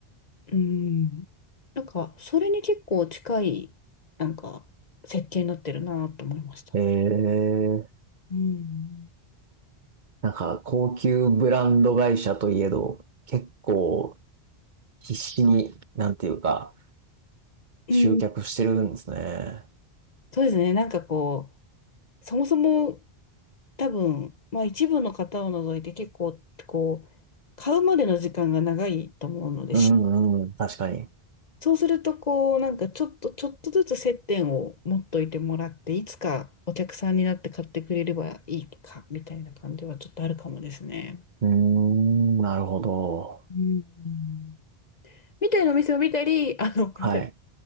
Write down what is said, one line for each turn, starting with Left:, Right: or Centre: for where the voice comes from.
Left: うん。なんか、それに結構近い、なんか、設計になってるなと思いました。
Right: ええ。
Left: うん。
Right: なんか、高級ブランド会社といえど、結構必死に、なんていうか、
Left: うん。
Right: 集客してるんですね。
Left: そうですね。なんかこう、そもそも多分、まあ一部の方を除いて結構、こう、買うまでの時間が長いと思うので、
Right: うんうん、
Left: し
Right: 確かに。
Left: そうすると、こう、なんかちょっと、ちょっとずつ接点を持っといてもらって、いつかお客さんになって買ってくれればいいか、みたいな感じはちょっとあるかもですね。
Right: うーん、なるほど。
Left: うん。みたいなお店を見たり、あの、ごめんなさい。
Right: はい。